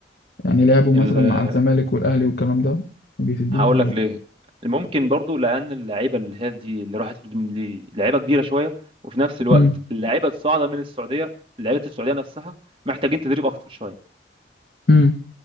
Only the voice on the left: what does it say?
يعني لعبوا مثلا
مع الزمالك والأهلي والكلام ده ما بيفيدوش
برضه
امم
امم